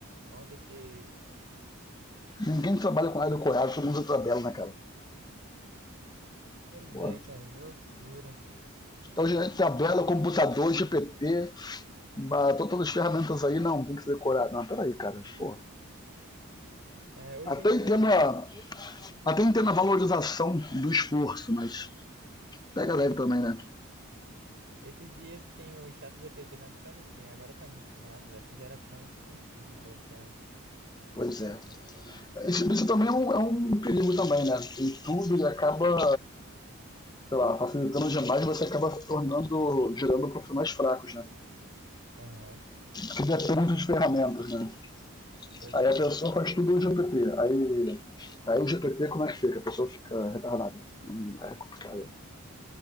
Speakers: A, on the right; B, on the left.
A: Nossa, esse.
B: Ninguém trabalha com nada decorado, todo mundo usa tabela, né, cara?
A: Pois
B: Pô,
A: é, cara, que loucura.
B: então,
A: Oxi.
B: gente, tabela, computador, GPT, ba- todas as ferramentas aí, não, tem que ser decorado. Não, peraí, cara, pô.
A: É, hoje
B: Até
A: em
B: entendo,
A: dia tem.
B: a,
A: ge-
B: até entendo a valorização do esforço, mas pega leve também, né?
A: Esses dias tem o chat GPT, na época não tinha, agora tá muito massa, velho. Essa geração tem tudo, velho, pra.
B: Pois é.
A: pra pegar.
B: Esse bicho também é um, é um perigo também, né? Tem tudo e acaba sei lá, facilitando demais, você acaba se tornando, gerando profissionais fracos, né?
A: Aham,
B: Que dependem de ferramentas, né?
A: Pois
B: Aí
A: é,
B: a pessoa faz tudo no GPT. Aí caiu o GPT, como é que fica? A pessoa fica retardada. Não- É complicado.